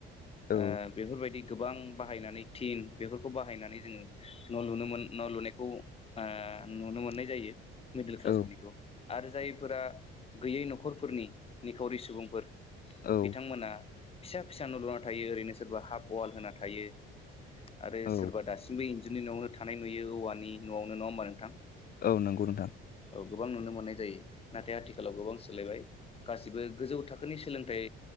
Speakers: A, on the left; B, on the left.
A: औ
B: ओ बेफोरबायदि गोबां बाहायनानै थिन बेफोरखौ बाहायनानै जोङो न' लुनो मोन न'लुनायखौ ओ नुनो मोननाय जायो। मिडल क्लास
A: औ
B: फोरनिखौ आरो जायफोरा गैयै न'खरफोरनि निखावरि सुबुंफोर
A: औ
B: बिथांमोना फिसा फिसा न' लुना थायो ओरैनो सोरबा हाफ अवाल होना थायो। आरो
A: औ
B: सोरबा दासिमबो इन्जुरनि न'आवनो थानाय नुयो औवानि न'आवनो नङा होमबा नोंथां।
A: औ नंगौ नोंथां
B: औ गोबां नुनो मोननाय जायो नाथाय आथिखालाव गोबां सोलायबाय गासिबो गोजौ थाखोनि सोलोंथाइ